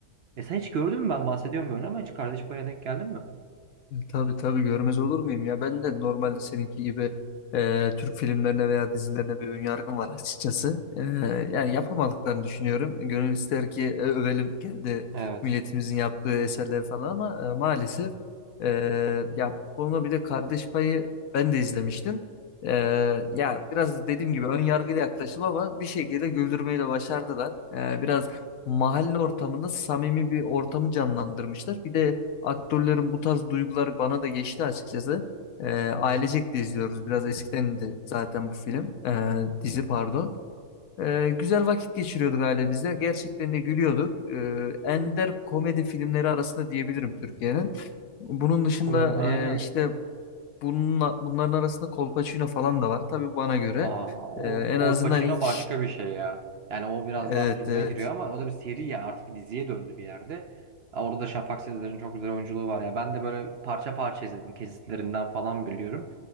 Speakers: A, on the right; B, on the left.
A: E sen hiç gördün mü ben bahsediyorum böyle ama hiç Kardeş Payı'na denk geldin mi?
B: Tabii tabii görmez olur muyum ya? Ben de normalde seninki gibi e, Türk filmlerine veya dizilerine bir önyargım var açıkçası. E, yani yapamadıklarını düşünüyorum. Gönül ister ki e, övelim kendi
A: Evet.
B: milletimizin yaptığı eserleri falan ama e, maalesef e, ya bu konuda bir de Kardeş Payı ben de izlemiştim. E, ya biraz dediğim gibi ön yargıyla yaklaşım ama bir şekilde güldürmeyi de başardılar. E, biraz mahalle ortamında samimi bir ortamı canlandırmışlar. Bir de aktörlerin bu tarz duyguları bana da geçti açıkçası. Ee, ailecek de izliyoruz. Biraz eskiden de zaten bu film. Ee, dizi pardon. Ee, güzel vakit geçiriyorduk ailemizle. Gerçekten de gülüyorduk. Ee, ender komedi filmleri arasında diyebilirim Türkiye'nin. Bunun dışında
A: Komedi, aynen.
B: e, işte bununla, bunların arasında Kolpaçino falan da var. Tabii bana göre.
A: Aa, o
B: Ee, en
A: Kolpaçino
B: azından ilk
A: başka bir şey ya. Yani o biraz
B: evet
A: daha filme
B: evet.
A: giriyor ama o da bir seri ya artık bir diziye döndü bir yerde. Aa, Orada da Şafak Sezer'in çok güzel oyunculuğu var ya. Ben de böyle parça parça izledim kesitlerinden falan biliyorum.